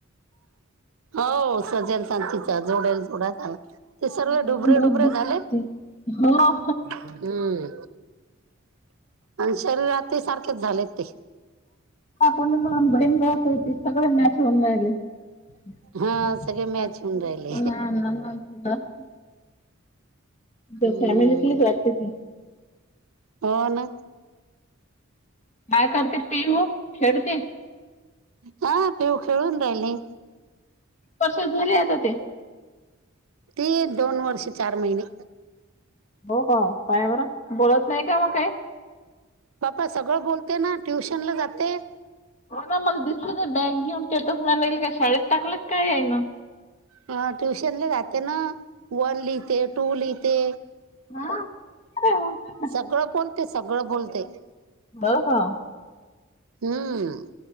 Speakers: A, on the right; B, on the left.
A: हो सजेल सां तिचा जोडेल जोडा ला ते सर्ळे
B: बहीण
A: डुबरे
B: भाऊ
A: डुबरे
B: दिसते
A: झाले
B: ती. हो
A: हम्म आणि शरीरात सारखेच झालेत ते
B: कोणी मणून बहीण बस होती सगळे मॅच होऊन राहिले <inaudible>
A: हा सगळे मॅच होऊन राहिले हम्म
B: फॅमिलीली जा वातते
A: हो ना
B: काय करते पिहू खेळते
A: हा पिऊ खेळून राहिली
B: परर्स झाले आता ते
A: ती दोन वर्ष चार महिने
B: हो का काय बरं बोलत नाही का मग काही
A: बापा सगळं बोलते ना ट्युशनला जाते
B: ह ना मग दिसत बॅग घेऊन तेेतच म नाही येईल का शाळेत टाकलं काय आहे ना
A: ह ट्युशन ला जाते ना वन लिहिते टू लिहिते
B: हा हो
A: सगळं बोलते, सगळं बोलते
B: बरं का
A: हम